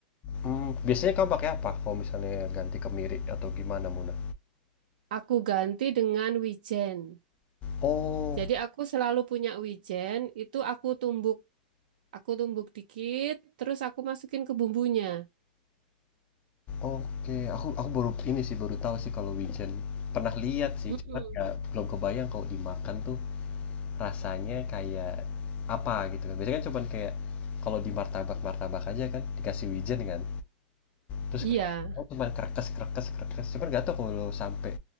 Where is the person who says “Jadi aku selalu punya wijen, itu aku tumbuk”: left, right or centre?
Right